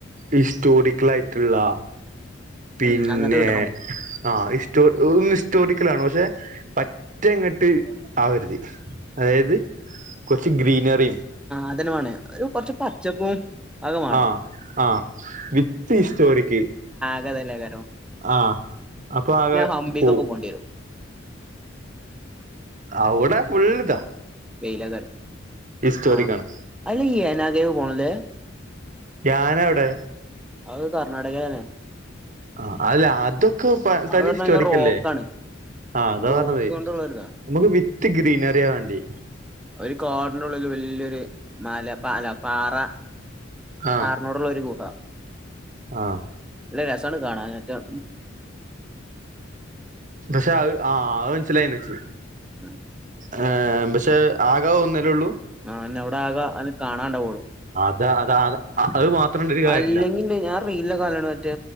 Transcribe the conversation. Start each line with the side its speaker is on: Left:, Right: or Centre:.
Right: ഹിസ്റ്റോറിക്കൽ ആയിട്ട്ള്ള പിന്നെ
Centre: ഉം അങ്ങനത്തെ കിട്ടണം
Right: ആഹ് ഇസ്റ്റോ ഹ് ഇസ് ഹിസ്റ്റോറിക്കലാവണം പശെ പറ്റങ്ങട്ട് ആവരുത്. അതായത് കൊച്ച് ഗ്രീനെറിം
Centre: അദനവാണ് ഒരു കുറച്ച് പച്ചപ്പും അതൊക്കെ വേണം
Right: ആഹ് ആഹ് വിത്ത് ഈ സ്റ്റോറിക്ക്
Centre: അത് അല്ല കരം
Right: ആഹ് അപ്പൊ ആകെ
Centre: ഹംപിക്കൊക്കെ
Right: പോവും
Centre: പോണ്ടി വരും
Right: അവിടെ ഉള്ളതാ
Centre: വെയിലകാരം
Right: ഹിസ്റ്റോറിക്കാണ്
Centre: ആഹ് അല്ല ഈ ഏനാഗേവ് പോണല്ലേ
Right: ധ്യനാവിടെ
Centre: അത് കർണാടകയിലാണ്
Right: ആ അല്ല അതൊക്കെ
Centre: അത്
Right: തനി
Centre: പറഞ്ഞ്
Right: ഹിസ്റ്റോറിക്കല്ലേ
Centre: കഴിഞ്ഞാ റോക്കാണ്
Right: ആ അതാ
Centre: റോക്ക്
Right: പറഞ്ഞത്
Centre: കൊണ്ടുള്ളൊരിതാ
Right: നമുക്ക് ത്ത് ഗ്രീനറിയ വാണ്ടി
Centre: ഒരു കാടിനുള്ളിൽ വല്യൊരു മലല്ല പാറ
Right: ആ
Centre: ആറനോടുള്ള ഒരു ഗുഹ
Right: ആ
Centre: ല്ല രസ ത്താണ് കാണാനെറ്റം
Right: പക്ഷെ ആഹ് മനസിലായില്ലച്ച്
Centre: ഉം
Right: ഏ പക്ഷേ ആകാ ഒന്നല്ലേ ഉള്ളൂ
Centre: ആഹ് അതന്നെ അവിടെ ആക അന്നെ കാണാണ്ടാവള്ളു
Right: അത അത അത് മാത്രം ഇണ്ടൊരു കാര്യല്ല
Centre: അല്ലെങ്കിൽ ഞാൻ റീല് കാണല്ണ്ട് മറ്റേ